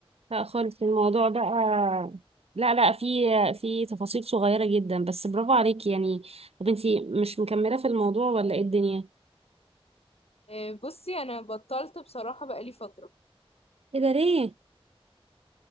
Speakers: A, on the right; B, on the left.
A: لا خالص الموضوع بقى لا لا في في تفاصيل صغيرة جدا بس برافو عليكي يعني طب انتي مش مكملة في الموضوع ولا ايه الدنيا
B: إيه، بصي انا بطلت بصراحة بقالي فترة
A: ايه ده ليه